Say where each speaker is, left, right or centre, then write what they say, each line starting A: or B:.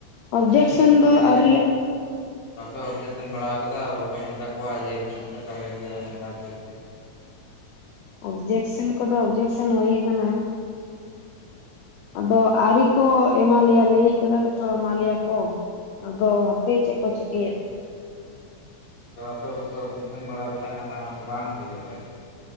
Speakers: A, on the left (about 75°); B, on the left (about 35°).
A: ᱚᱵᱽᱡᱮᱠᱥᱚᱱ
B: ᱚᱯᱷᱤᱥ ᱠᱚᱨᱮ
A: ᱫᱚ ᱟᱣᱨᱤ ᱞᱮ
B: ᱵᱟᱯᱮ ᱚᱵᱽᱡᱮᱠᱥᱮᱱ ᱵᱟᱲᱟ ᱠᱟᱫᱟ ᱵᱟᱯᱮ ᱢᱮᱛᱟ ᱠᱚᱣᱟ ᱡᱮ ᱴᱷᱤᱠ ᱴᱦᱟᱠ ᱟᱞᱮᱯᱮ ᱱᱚᱝᱠᱟ ᱦᱚᱛᱮᱡ ᱛᱮ ᱾
A: ᱚᱵᱽᱡᱮᱠᱥᱮᱱ ᱠᱚᱫᱚ ᱚᱵᱽᱡᱮᱠᱥᱮᱱ ᱠᱳᱫᱚ ᱦᱩᱭ ᱠᱟᱱᱟ ᱾ ᱟᱫᱚ ᱟᱹᱨᱤ ᱠᱚ ᱮᱢᱟᱞᱮᱭᱟ ᱞᱟᱹᱭ ᱠᱟᱫᱟ ᱠᱚ ᱛᱚ ᱮᱢᱟᱞᱮᱭᱟ ᱠᱚ ᱾ ᱟᱫᱚ ᱦᱟᱯᱮ ᱪᱮᱫ ᱠᱚ ᱪᱤᱠᱟᱹᱭᱟᱫ
B: ᱛᱚ ᱟᱯᱮ ᱦᱚᱸᱯᱮ ᱚᱵᱽᱡᱮᱠᱥᱮᱱ ᱵᱟᱲᱟ ᱞᱮᱠᱷᱟᱱ ᱟᱱᱟᱜ ᱫᱚ ᱵᱟᱝ ᱦᱩᱭᱩᱜᱼᱟ ᱾